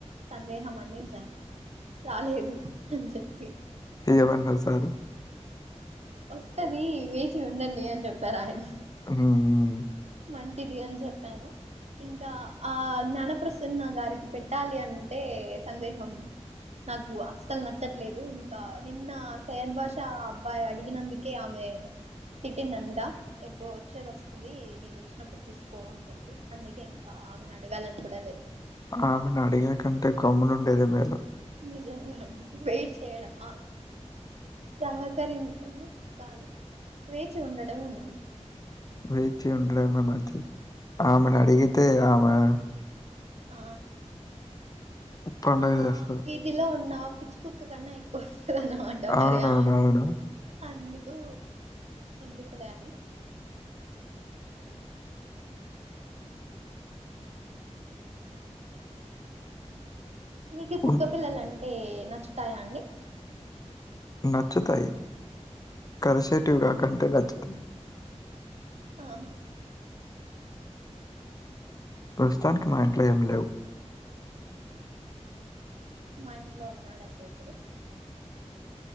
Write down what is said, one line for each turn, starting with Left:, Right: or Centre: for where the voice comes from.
Right: సందేహం అందించాను రాలేదు అని చెప్పి
Left: ఏమన్నరు సారు
Right: వస్తది వేచి ఉండండి అని చెప్పారాయన
Left: హ్మ్ హ్మ్.
Right: మంచిది అని చెప్పాను ఇంకా ఆ జ్ఞానప్రసన్న గారికి పెట్టాలి అంటే సందేహం నాకు అస్సలు నచ్చట్లేదు ఇంకా నిన్న సయద్ బాషా అబ్బాయి అడిగినందుక్ కే ఆమె తిట్టిందంట ఎప్పో వచ్చేది వస్తది నీదొచ్చినప్పుడు చూసుకో అని చెప్పి అందుకే ఇంకా ఆమెను అడగాలని కూడా లేదు
Left: ఆమెనడిగే కంటే గమ్మునుండేది మేలు
Right: నిజంగా అండి వెయిట్ చేయడం ఆ సహకరిం ఆ కాదు వేచి ఉండటము మేలు
Left: వేచి ఉండడమే మంచిది ఆమెనడిగితే
Right: ఆ
Left: ఆమె
Right: ఆ
Left: పండగ
Right: మా
Left: చేస్తది.
Right: వీధిలో ఉన్న పిచ్చి కుక్క కన్నా ఎక్కువ వస్తదన్నమాట
Left: అవునవునవును.
Right: మరి ఆ అందుకు ఎందుకులే అని మీకి కుక్క
Left: ఉన్
Right: పిల్లలంటే నచ్చుతాయా అండి
Left: నచ్చుతాయి కరిసేటివి గాకంటే నచ్చుతాయి
Right: ఆహ్
Left: ప్రస్తుతానికి మా ఇంట్లో ఏమి లేవు
Right: మా ఇంట్లో ఉన్నాడండి ఒకడు